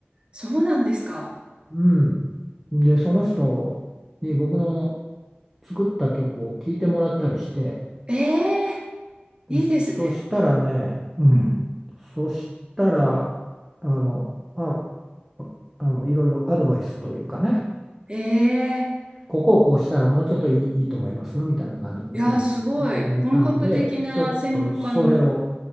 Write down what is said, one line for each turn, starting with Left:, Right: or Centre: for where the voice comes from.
Right: そうなんですか。
Centre: うん。で、その人に僕の作った曲を聴いてもらったりして、
Right: ええ
Centre: でそしたらね、
Right: いいですね。
Centre: うん。
Right: うん。
Centre: そしたら、あの、あ、あの、いろいろアドバイスというかね、
Right: ええ
Centre: ここをこうしたらもうちょっといい、いいと思いますよみたいな感じのことを言
Right: いやー、すごい。
Centre: 言われたので、
Right: 本格的な専門家の、
Centre: ちょっとそれを、